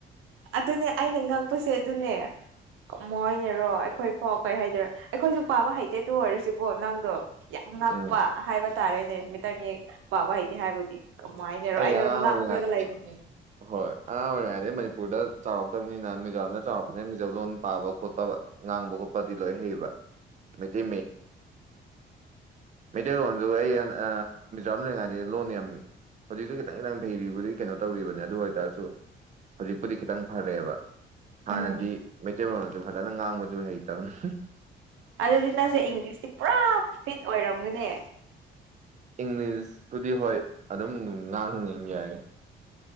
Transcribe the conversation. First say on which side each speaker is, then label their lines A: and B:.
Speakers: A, on the right; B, on the right.
A: ꯑꯗꯨꯅꯦ ꯑꯩꯅ ꯉꯛꯄꯁꯦ ꯑꯗꯨꯅꯦ ꯃꯣꯏꯅꯔꯣ ꯑꯩꯈꯣꯏꯐꯥꯎ ꯀꯩ ꯍꯥꯏꯗꯣꯏꯔꯣ ꯑꯩꯈꯣꯏꯁꯨ ꯄꯥꯕ ꯍꯩꯇꯦ ꯇ ꯑꯣꯏꯔꯁꯤꯀꯣ ꯅꯪꯗꯣ ꯌꯥꯝ ꯉꯛꯄ
B: ꯎꯝ
A: ꯍꯥꯏꯕ ꯇꯥꯔꯦꯅꯦ ꯃꯤꯇꯩ ꯃꯌꯦꯛ ꯄꯕ ꯏꯗꯤ ꯍꯥꯏꯕꯗꯤ ꯀꯃꯥꯏꯅꯔꯣ
B: ꯑꯩ
A: ꯑꯩꯅ
B: ꯑꯉꯥꯡ ꯑꯣꯏꯔꯤꯉꯥꯏ
A: ꯅꯛꯈ꯭ꯔꯒ ꯂꯩꯔꯤꯅꯦ
B: ꯍꯣꯏ ꯑꯉꯥꯡ ꯑꯣꯏꯔꯤꯉꯩꯗꯩ ꯃꯅꯤꯄꯨꯔꯗ ꯆꯥꯎꯔꯛꯇꯕꯅꯤꯅ ꯃꯤꯖꯣꯔꯥꯝꯗ ꯆꯥꯎꯔꯛꯄꯅꯤꯅ ꯃꯤꯖꯣꯝ ꯂꯣꯟ ꯄꯥꯕ ꯈꯣꯠꯄ ꯉꯥꯡꯕ ꯈꯣꯠꯄꯗꯤ ꯂꯣꯏ ꯍꯩꯕ ꯃ ꯃꯗꯤ ꯃꯩꯇꯩꯂꯣꯟꯁꯨ ꯑꯩ ꯃꯤꯖꯣꯔꯥꯝ ꯂꯩꯉꯥꯏꯅꯤ ꯂꯣꯟ ꯌꯥꯝꯃꯤ ꯍꯧꯖꯤꯛꯁꯨ ꯈꯤꯇꯪ ꯈꯤꯇꯪ ꯐꯩꯕꯨꯗꯤ ꯀꯩꯅꯣ ꯇꯧꯔꯤꯕꯅꯦ ꯑꯗꯨ ꯑꯣꯏꯇꯥꯔꯁꯨ ꯍꯧꯖꯤꯛꯄꯨꯗꯤ ꯈꯤꯇꯪ ꯐꯔꯛꯑꯦꯕ ꯍꯥ
A: ꯎꯝ
B: ꯅꯗꯤ ꯃꯦꯆꯦ ꯐ ꯅꯪ ꯉꯥꯡ ꯃꯨ ꯍꯩ ꯇꯕꯅꯤ
A: ꯑꯗꯨꯗꯤ ꯅꯪꯁꯦ ꯏꯪꯂꯤꯁꯇꯤ ꯄꯨꯔꯥ ꯐꯤꯠ ꯑꯣꯏꯔꯝꯒꯅꯦ
B: ꯏꯪꯂꯤꯁꯄꯨꯗꯤ ꯍꯣꯏ ꯑꯗꯨꯝ ꯉꯥꯡꯏ ꯌꯥꯏ